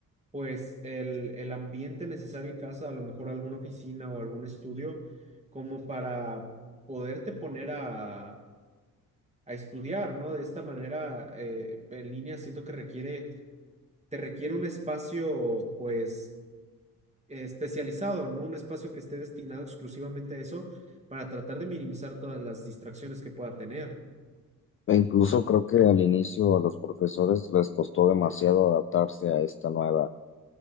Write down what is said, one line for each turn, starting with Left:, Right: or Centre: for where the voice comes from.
Right: pues el, el ambiente necesario en casa, a lo mejor alguna oficina o algún estudio, como para poderte poner a a estudiar, ¿no? De esta manera, eh, en línea siento que requiere, te requiere un espacio, pues, eh, especializado, ¿no? Un espacio que esté destinado exclusivamente a eso para tratar de minimizar todas las distracciones que pueda tener.
Left: E incluso creo que al inicio a los profesores les costó demasiado adaptarse a esta nueva,